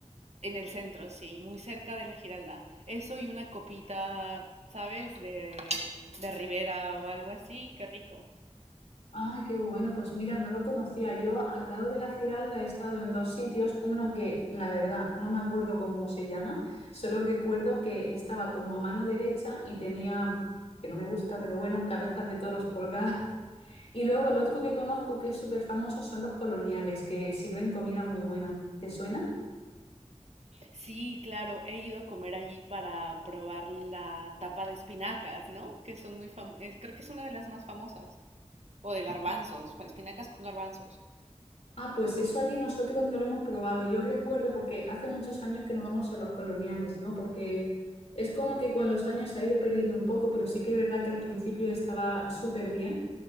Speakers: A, on the right (about 65°); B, on the left (about 65°).
A: En el centro, sí, muy cerca de la Giralda. Eso y una copita, ¿sabes? De, de Ribera o algo así, qué rico.
B: Ay, qué bueno, pues mira, no lo conocía. Yo al lado de la Giralda he estado en dos sitios, uno que la verdad no me acuerdo cómo se llama, solo que recuerdo que estaba como a mano derecha y tenía, que no me gusta, pero bueno, cabezas de toros colgadas. <laughs> Y luego el otro que conozco que es súper famoso son los coloniales, que sirven comida muy buena. ¿Te suena?
A: Sí, claro, he ido a comer allí para probar la tapa de espinacas, ¿no? Que son muy famosas, creo que es una de las más famosas. O de garbanzos, espinacas con garbanzos.
B: Ah, pues eso allí nosotros no lo hemos probado. Yo recuerdo porque hace muchos años que no vamos a los coloniales, ¿no? Porque es como que con los años se ha ido perdiendo un poco, pero sí que es verdad que al principio estaba súper bien.